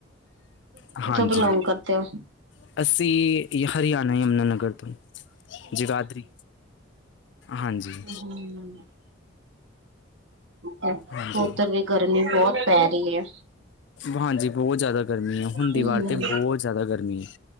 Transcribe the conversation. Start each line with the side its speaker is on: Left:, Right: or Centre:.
Left: ਗਲਤੀ
Right: ਬਿਲੋਂਗ
Left: ਕਰਨੀ ਉ
Right: ਕਰਦੇ ਹੋ?
Left: <unintelligible> ਅਸੀ ਹਰਿਆਣਾ ਯਮੁਨਾਨਗਰ ਤੋਂ। ਜਗਾਦਰੀ। ਹਾਂਜੀ
Right: ਹ ਹਮ ਹ।
Left: ਹਾਂਜੀ
Right: ਉੱਧਰ ਵੀ ਗਰਮੀ ਬਹੁਤ ਪੈ ਰਹੀ ਹੈ।
Left: ਹਾਂਜੀ ਬਹੁਤ ਜ਼ਿਆਦਾ ਗਰਮੀ ਹੈ ਹੁੰਦੀ
Right: ਹੂੰ,
Left: ਵਾਰ ਤਾਂ ਬਹੁਤ ਜ਼ਿਆਦਾ ਗਰਮੀ ਹੈ।